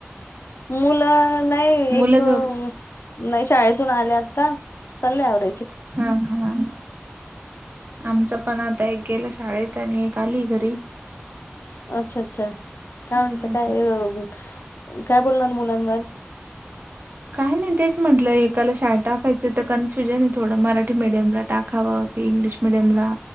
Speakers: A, on the left; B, on the right.
A: मुलं नाही
B: मुलं
A: एक नाही
B: झोप
A: शाळेत ून आल्या आता सल्लेवर
B: हा ह आमच पण आता एक गेलं शाळेत आणि आली घरी.
A: अच्छा अच्छा काय
B: हम्म
A: म्हणत काय काय बोलणार मुलांवर
B: काय नाही तेच म्हटलं एकाला शाळट टाकायचं तर कन्फ्युजन आहे थोडं मराठी मराठी मीडियम ला टाकावं की इंग्लिश मिीडियमला